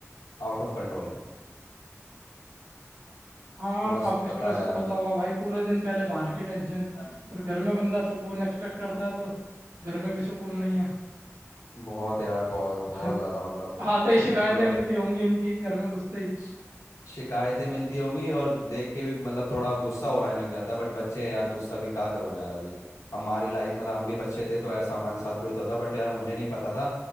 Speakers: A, on the left; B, on the right.
A: आउट ऑफ कंट्रोल
B: हाँ
A: थोड़ा
B: काफ़ी
A: स-
B: स्ट्रेसफुल
A: बता यार
B: होता
A: म-
B: होगा भाई पूरे दिन पहले बाहर की टेंशन
A: अम,
B: फिर घर में बंदा सुकून एक्सपेक्ट करता है तो घर में भी सुकून नहीं है <laughs>
A: बहुत यार बहुत बहुत
B: हाँ,
A: ज़्यादा मतलब
B: आते ही शिकायतें
A: मतलब
B: मिलती होंगी इनकी घर में घुसते ही
A: श- शिकायतें मिलती होंगी और देख के भी मतलब थोड़ा गुस्सा हो आने लग जाता है बट बच्चे हैं यार गुस्सा भी क्या करूं यार अभी हमारी लाइफ मतलब हम भी बच्चे थे तो ऐसा हमारे साथ भी होता था बट यार मुझे नहीं पता था